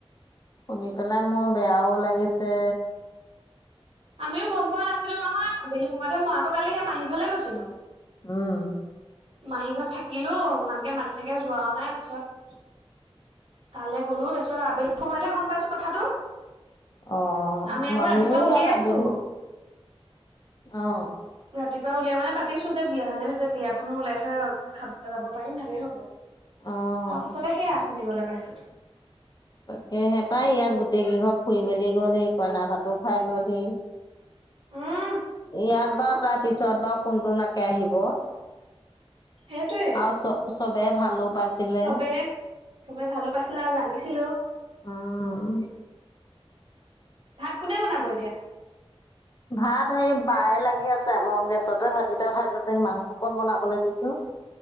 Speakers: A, on the left; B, on the right.
A: শুনি পেলাই মোৰ বেয়াও লাগিছে
B: আমিও গম পোৱা নাছিলো নহয় আবেলি সময়তহে মই আকৌ কালি সেই মাহী ঘৰলৈ গৈছিলো
A: উম,
B: মাহী ঘৰত থাকিলো ইমানকে মাতি থাকে যোৱাও নাই তাৰিছত কালে গ'লো তাৰপিছত আবগি সময়তহে গম পাইছো কথাটো
A: অ',
B: আমি আকৌ
A: মামিও
B: ৰাতিপুৱা উলিয়াইছো
A: ইয় ত বেলি অ',
B: ৰাতিপুৱা উলিয়াই মানে পাতিছো যে বিয়া ভালে হৈছে বিয়াখনো উওলাইছে খাব যাব পাৰিম ভালে হ'ব
A: অ',
B: তাৰ পাছতে সেয়া শুনিবলৈ পাইছো
A: তাকে সেপাই ইয়াত গোটেইকেইঘৰ ফুৰি মেলি গলহি কইনা ভাতো খাই গলহি
B: উম
A: ইয়াত
B: হয়
A: বাৰু
B: অ
A: তাৰপিছত বাৰু কোনটো নাকে আহিব
B: সেইটোৱে
A: আৰু চ চবেই ভালো পাইছিলে
B: চবে চবে ভালো পাইছিলে আৰু জানিছিলো
A: অ',
B: ভাত কোনে বনাব এতিয়া
A: ভাত হে বায়ে লাগি আছে মই গেছতে ভাতকেইটা খাইলো মাংসকন বনাবলৈ দিছো